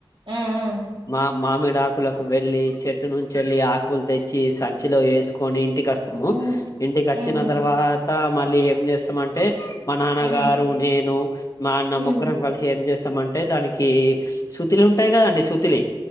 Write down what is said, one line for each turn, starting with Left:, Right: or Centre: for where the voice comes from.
Right: మ్మ్
Left: మా మామీ డాకులు వెళ్ళి చెట్టు నుంచిళ్ళలి ఆకులు తెచ్చి సంచిలో వేసుకొని ఇంటికి వస్తాము
Right: మ్మ్
Left: ఇంటికి వచ్చిన
Right: మ్మ్ మ్మ్హు,
Left: తర్వాత మరి మళ్ ఏం చేస్తామంటే మా నాన్నగారు
Right: మ్మ్
Left: నేను మా అన్న
Right: మ్మ్
Left: ముగ్గురం కలిసి ఏం చేస్త ఇస్తాం అంటే దానికి శుతిలి ఉంటాయి కదండి శుతిలి